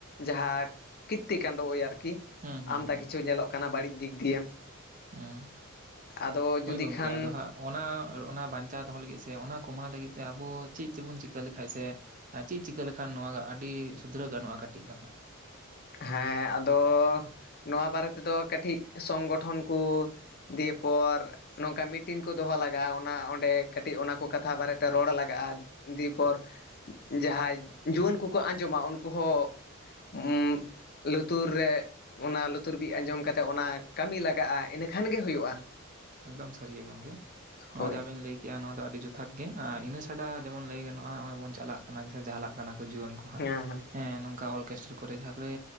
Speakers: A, on the left (about 45°); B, on the right (about 35°).
A: ᱡᱟᱦᱟᱸ ᱠᱤᱛᱛᱤ ᱠᱟᱱᱰᱚ ᱳᱭ ᱟᱨᱠᱤ᱾ ᱠᱤ
B: ᱦᱩᱸ ᱦᱩᱸ
A: ᱟᱢᱫᱟ
B: ᱦᱩᱸ
A: ᱠᱤᱪᱷᱩ ᱧᱮᱞᱚᱜ ᱠᱟᱱᱟ ᱵᱟᱹᱲᱤᱡ ᱫᱤᱠ ᱫᱤᱭᱮ᱾
B: ᱦᱩᱸ,
A: ᱟᱫᱚ ᱡᱩᱫᱤ
B: ᱦᱳᱭ ᱜᱚᱝᱠᱮ
A: ᱠᱷᱟᱱ
B: ᱟᱫᱚ ᱦᱟᱸᱜ ᱚᱱᱟ ᱵᱟᱧᱪᱟᱣ ᱫᱚᱦᱚ ᱞᱟᱹᱜᱤᱫ ᱥᱮ ᱚᱱᱟ ᱠᱚᱢᱟᱣ ᱞᱟᱹᱜᱤᱫ ᱛᱮ ᱟᱵᱚ ᱪᱮᱫ ᱪᱮᱫ ᱵᱚᱱ ᱪᱤᱠᱟᱹ ᱞᱮᱠᱷᱟᱡ ᱥᱮ ᱪᱮᱫ ᱪᱤᱠᱟᱹ ᱞᱮᱠᱷᱟᱱ ᱱᱚᱣᱟ ᱟᱹᱰᱤ ᱥᱩᱫᱷᱨᱟᱹᱣ ᱜᱟᱱᱚᱜᱼᱟ ᱠᱟᱹᱴᱤᱡ ᱫᱚ ᱦᱟᱸᱜ
A: ᱦᱮᱸ ᱟᱫᱚ ᱱᱚᱣᱟ ᱵᱟᱨᱮ ᱛᱮᱫᱚ ᱠᱟᱹᱴᱤᱡ ᱥᱚᱝᱜᱚᱴᱷᱚᱱ ᱠᱚ ᱫᱤᱭᱮ ᱯᱚᱨ ᱱᱚᱝᱠᱟ ᱢᱤᱴᱤᱱ ᱠᱚ ᱫᱚᱦᱚ ᱞᱟᱜᱟᱜᱼᱟ ᱚᱱᱟ ᱚᱸᱰᱮ ᱠᱟᱹᱴᱤᱜ ᱚᱱᱟ ᱠᱚ ᱠᱟᱛᱷᱟ ᱵᱟᱨᱮᱛᱮ ᱨᱚᱲ ᱞᱟᱜᱟᱜᱼᱟ ᱫᱤᱭᱯᱚᱨ ᱡᱟᱦᱟᱸᱭ ᱡᱩᱣᱟᱹᱱ ᱠᱚᱠᱚ ᱟᱸᱡᱚᱢᱟ ᱩᱱᱠᱩ ᱦᱚᱸ ᱞᱩᱛᱩᱨ ᱨᱮ ᱚᱱᱟ ᱞᱩᱛᱩᱨ ᱵᱤᱜ ᱟᱸᱡᱚᱢ ᱠᱟᱛᱮᱜ ᱚᱱᱟ ᱠᱟᱹᱢᱤ ᱞᱟᱜᱟᱜᱼᱟ᱾ ᱤᱱᱮ‌ ᱠᱷᱟᱱ ᱜᱮ ᱦᱳᱭᱳᱜᱼᱟ ᱾
B: ᱮᱠᱫᱚᱢ ᱥᱟᱹᱨᱤ ᱜᱮ ᱜᱚᱝᱠᱮ ᱱᱚᱣᱟ
A: ᱦᱳᱭ
B: ᱡᱟᱵᱮᱱ ᱞᱟᱹᱭ ᱠᱮᱜᱼᱟ ᱱᱚᱣᱟ ᱫᱚ ᱟᱹᱰᱤ ᱡᱚᱛᱷᱟᱛ ᱜᱮ ᱟᱨ ᱤᱱᱟᱹ ᱪᱷᱟᱰᱟ ᱡᱮᱢᱚᱱ ᱞᱟᱹᱭ ᱜᱟᱱᱚᱜᱼᱟ ᱱᱚᱜᱼᱚᱭ ᱵᱚᱱ ᱪᱟᱞᱟᱜ ᱠᱟᱱᱟ ᱥᱮ ᱡᱟᱦᱟᱞᱟᱜ ᱠᱟᱱᱟ ᱠᱚ ᱡᱩᱣᱟᱹᱱ ᱠᱚ ᱦᱟᱸᱜ
A: ᱦᱮᱸ ᱦᱮᱸ
B: ᱱᱚᱝᱠᱟ ᱚᱨᱠᱮᱥᱴᱟᱨ ᱠᱚᱨᱮ ᱡᱟᱦᱟᱸ ᱠᱚᱨᱮ